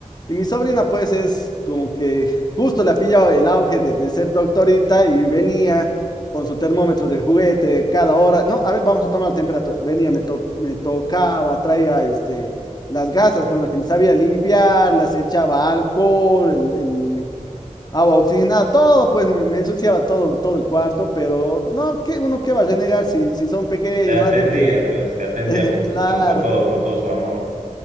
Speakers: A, on the left; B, on the right.
A: Y mi sobrina, pues, es como que justo le ha pillado el auge de, de ser doctorita y venía con su termómetro de juguete cada hora. No, a ver, vamos a tomar la temperatura. Venía, me, to- me tocaba, traía este, las gasas con las que me sabía limpiar, las echaba alcohol, el, el agua oxigenada, todo, pues me, me ensuciaba todo, todo el cuarto, pero no, qué uno qué va a renegar si, si son pequeños,
B: Te atendía,
A: más bien te.
B: pues te atendía
A: <laughs>
B: con,
A: Claro
B: con, con todo, con todo su amor.